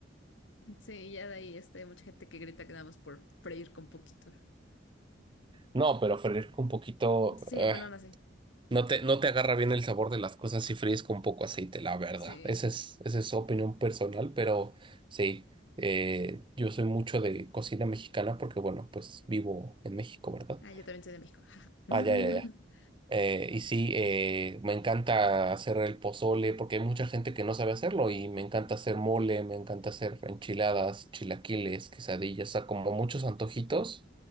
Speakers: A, on the left; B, on the right.
A: Sí, ya de ahí este, hay mucha gente que grita que nada más por freír con poquito.
B: No, pero fresco un poquito,
A: Sí,
B: eh,
A: bueno, no sé.
B: no te, no te agarra bien el sabor de las cosas si fríes con poco aceite, la verdad.
A: Sí.
B: Esa es, esa es opinión personal, pero sí, eh, yo soy mucho de cocina mexicana porque, bueno, pues vivo en México, ¿verdad?
A: Ah, yo también soy de México. jaja. <laughs>
B: Ah, ya, ya, ya. Eh, y sí, eh, me encanta hacer el pozole porque hay mucha gente que no sabe hacerlo y me encanta hacer mole, me encanta hacer enchiladas, chilaquiles, quesadillas, o sea, como muchos antojitos